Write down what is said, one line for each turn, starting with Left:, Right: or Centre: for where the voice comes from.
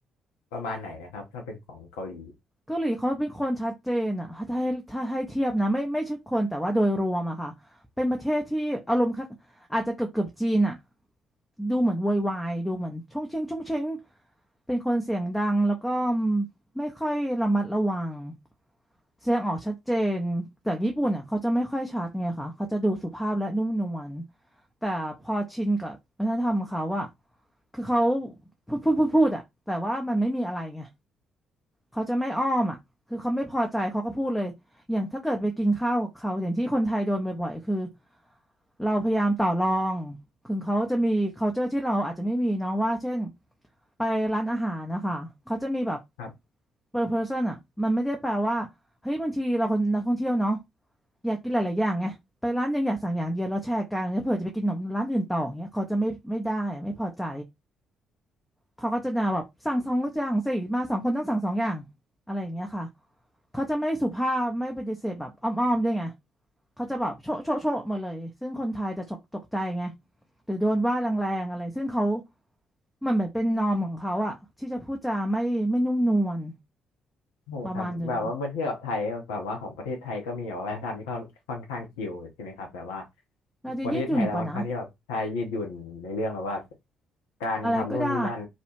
Left: ประมาณไหนนะครับถ้าเป็นของเกาหลี
Centre: เกาหลีเขาเป็นคนชัดเจนอะถ้าถ้าให้ถ้าให้เทียบนะไม่ไม่ใช่คนแต่ว่าโดยรวมอะค่ะเป็นประเทศที่อารมณ์คล้ายอาจจะเกือบเกือบจีนอะดูเหมือนโวยวายดูเหมือนชงเชงชงเชงเป็นคนเสียงดังแล้วก็ไม่ค่อยระมัดระวัง แสดงออกชัดเจนแต่ญี่ปุ่นอ่ะเขาจะไม่ค่อยชัดไงคะเขาจะดูสุภาพและนุ่มนวลแต่พอชินกับวัฒนธรรมเขาอ่ะคือเขาพูดพูดพูดพูดอ่ะแต่ว่ามันไม่มีอะไรไงเขาจะไม่อ้อมอ่ะคือเขาไม่พอใจเขาก็พูดเลยอย่างถ้าเกิดไปกินข้าวกับเขาอย่างที่คนไทยโดนบ่อยๆคือเราพยายามต่อรองถึงเขาจะมี culture ที่เราอาจจะไม่มีเนาะว่าเช่นไปร้านอาหารนะคะเขาจะมีแบบ
Left: ครับ
Centre: per person อ่ะมันไม่ได้แปลว่าเฮ้ยบางทีเราคนนักท่องเที่ยวเนาะ อยากกินหลายๆอย่างไงไปร้านยังอยากสั่งอย่างเดียวแล้วแชร์กันแล้วเผื่อจะไปกินขนมร้านอื่นต่ออย่างเงี้ยเขาจะไม่ไม่ได้อะไม่พอใจเขาก็จะด่าแบบสั่งสองอย่างสิมาสองคนต้องสั่งสองอย่างอะไรอย่างเงี้ยค่ะเขาจะไม่สุภาพไม่ปฏิเสธแบบอ้อมๆด้วยไงเขาจะแบบโชะโชะโชะมาเลยซึ่งคนไทยจะฉกตกใจไงหรือโดนว่าแรงๆอะไรซึ่งเขามันเหมือนเป็นนอร์มของเขาอะที่จะพูดจาไม่ไม่นุ่มนวล
Left: ใช่ครับแบบว่าเมื่อเทียบกับไทยแบบว่าของประเทศไทยก็มีแบบว่าวัฒนธรรมที่ค่อนค่อนข้างชิลใช่ไหมครับแบบว่า
Centre: ประมาณหนึ่งเราจะยืดหยุ่นกว่านะ
Left: ประเทศไทยเราค่อนข้างที่แบบใช้ยืดหยุ่นในเรื่องแบบว่าการทำนู่นนี่นั่น
Centre: อะไรก็ได้